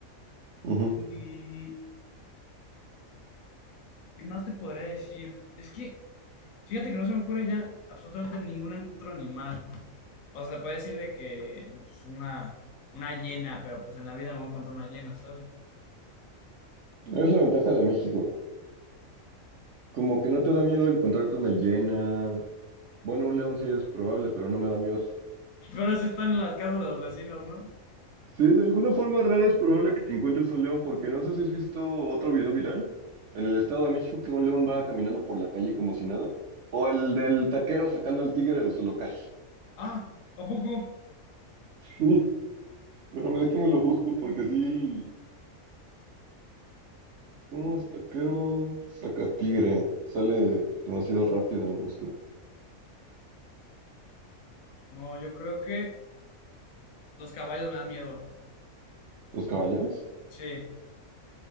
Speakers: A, on the right; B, on the left.
A: ujú.
B: Y, ¿qué más te podría decir? Es que, fíjate que no se me ocurre ya absolutamente ningún otro animal. O sea, te puede decir de que, no, pues una, una hiena, pero pues en la vida me voy a encontrar una hiena, ¿sabes?
A: Es la ventaja de México. Como que no te da miedo encontrarte una hiena. Bueno, un león sí es probable, pero no me da miedo.
B: <laughs> Pero eso están en las casas de los vecinos, ¿no?
A: Sí, de alguna forma rara es probable que te encuentres un león, porque no sé si has visto otro video viral en el Estado de México que un león va caminando por la calle como si nada, o el del taquero sacando al tigre de su local.
B: Ah, ¿a poco?
A: Sí, <laughs> pero me déjame lo busco porque sí, es como es taquero saca tigre, sale demasiado rápido en la búsqueda.
B: No, yo creo que los caballos me dan miedo.
A: ¿Los caballeros?
B: Sí.